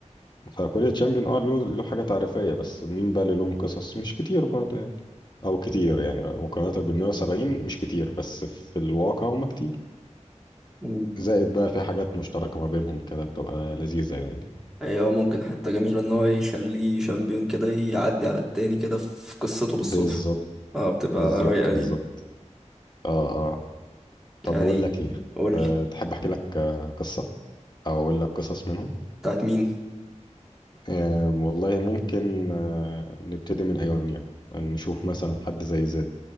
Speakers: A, on the left; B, in the centre.
A: فكل تشامبيون اه له له حاجة تعريفية بس مين بقى اللي لهم قصص مش كتير برضه يعني او كتير يعني مقارنة بال 170 مش كتير بس في الواقع هم كتير
B: آه.
A: زائد بقى في حاجات مشتركة ما بينهم كده بتبقى لذيذة يعني
B: ايوه ممكن حتة جميلة ان هو يخليه شامبيون كده يعدي على التاني كده في قصته بالصدفة
A: بالظبط
B: اه بتبقى
A: بالظبط
B: رايقة
A: بالظبط
B: دي
A: اه اه طب
B: يعني
A: بقول لك ايه
B: قولي
A: آه، تحب احكي لك آه، قصة او اقول لك قصص منهم
B: بتاعت مين
A: آه والله ممكن آه نبتدي من ايونيا نشوف مثلا حد زي زد